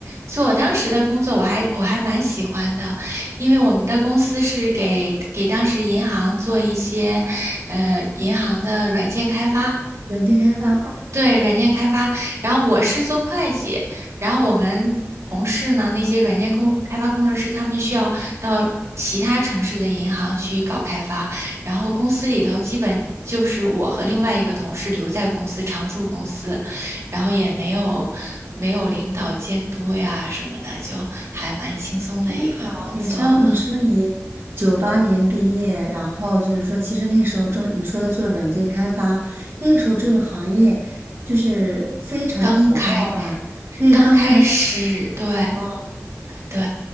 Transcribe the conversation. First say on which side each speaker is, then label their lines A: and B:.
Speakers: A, on the right; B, on the right.
A: 所以我当时的工作我还我还蛮喜欢的，因为我们的公司是给给当时银行做一些，呃，银行的软件开发。
B: 软件开发啊，
A: 对，软件开发，然后我是做会计，然后我们同事呢，那些软件工开发工程师，他们需要到其他城市的银行去搞开发，然后公司里头基本就是我和另外一个同事留在公司常驻公司，然后也没有没有领导监督呀什么的，就还蛮轻松的一个工作啊。
B: 真好。你知道，你说你九八年毕业，然后就是说，其实那时候中你说的做软件开发，那个时候这个行业就是非常的火爆吧？
A: 刚开
B: 对，
A: 刚开始，
B: 刚开特别火爆。
A: 对对。